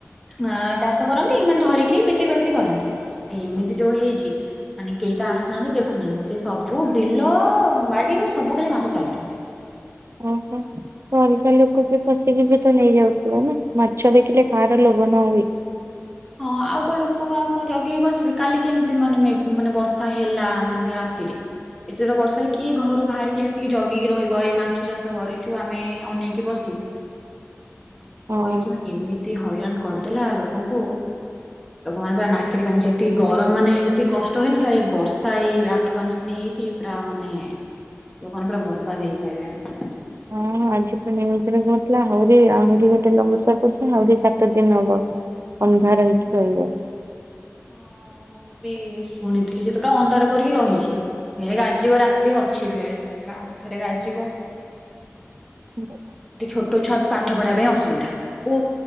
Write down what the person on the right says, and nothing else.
ଓହୋ। ତ ଅଲଗା ଲୋକ ବି ପଶିକି ବି ତ ନେଇଯାଉଥିଲା ନା ମାଛ ଦେଖିଲେ କାହାର ଲୋଭ ନ ହୁଏ।
ହଁ।
ହଁ। ଆଜି ତ ନିୟୁଜ୍ କୋହୁଥିଲା ଆହୁରି ଆହୁରି ଗୋଟେ ଲମ୍ବୁଚ କରୁ ଆହୁରି ସାତ ଦିନ ହବ। ଅନ୍ଧାର ହେଇକି ରହିବ।
<inaudible>